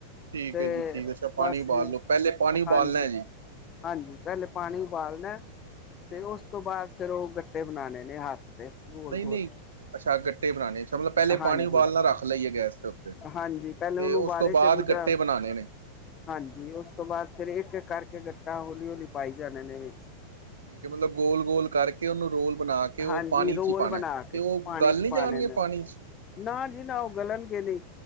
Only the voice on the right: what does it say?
ਠੀਕ
ਹੈ ਜੀ ਠੀਕ ਅੱਛਾ ਪਾਣੀ
ਉਬਾਲ
ਲੋ ਪਹਿਲੇ ਪਾਣੀ ਉਬਾਲਣਾ
ਹੈ ਜੀ।
ਠੀਕ
ਹੈ।
ਨਹੀਂ
ਨਹੀਂ ਅੱਛਾ ਗੱਟੇ ਬਣਾਣੇ ਅੱਛਾ ਮਤਲਬ ਪਹਿਲੇ
ਪਾਣੀ ਉਬਾਲਣਾ ਨਾਲ ਰੱਖ ਲਈਏ ਗੈਸ ਦੇ ਉੱਤੇ। ਤੇ
ਉਸ
ਤੋਂ ਬਾਅਦ
ਗੱਟੇ ਬਣਾਨੇ ਨੇ।
ਕਿ ਮਤਲਬ ਗੋਲ - ਗੋਲ ਕਰਕੇ ਉਹਨੂੰ ਰੋਲ ਬਣਾ ਕੇ ਕੇ ਉਹ
ਪਾਣੀ
'ਚ' ਹੀ ਪਾਣਾ
ਤੇ ਉਹ
ਗੱਲ
ਨੀ
ਜਾਣਗੇ
ਪਾਣੀ 'ਚ'